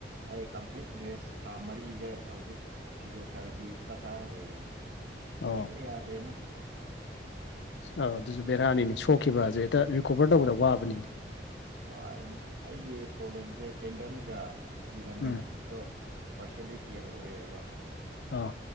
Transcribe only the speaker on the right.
ꯑꯩ ꯀꯝꯄ꯭ꯂꯤꯠ ꯔꯦꯁ ꯊꯥ ꯃꯔꯤꯁꯦ ꯍꯧꯖꯤꯛ ꯐꯤꯖꯣꯊꯦꯔꯥꯄꯤ ꯆꯠꯊꯔꯒ ꯂꯩꯌꯦ
ꯆꯦꯟꯕ ꯌꯥꯗ꯭ꯔꯦꯅꯦ
ꯑꯁ ꯋꯥꯏꯅꯦ ꯑꯩꯒꯤ ꯄ꯭ꯔꯣꯕ꯭ꯂꯦꯝꯁꯦ ꯇꯦꯟꯗꯟꯁꯒ ꯂꯤꯒꯃꯦꯟ
ꯑꯣ ꯄꯥꯔꯁꯅꯦꯜꯂꯤ ꯇꯤꯌꯔ ꯑꯣꯏꯌꯦꯕ